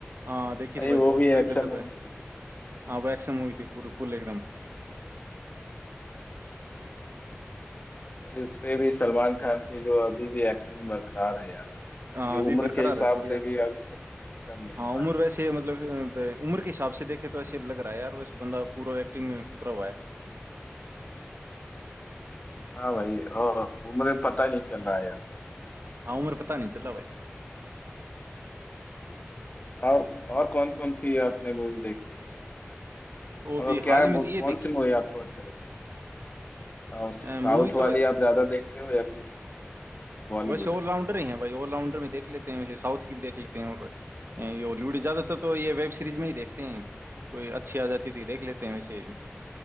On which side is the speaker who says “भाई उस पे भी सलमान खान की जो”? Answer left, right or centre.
Left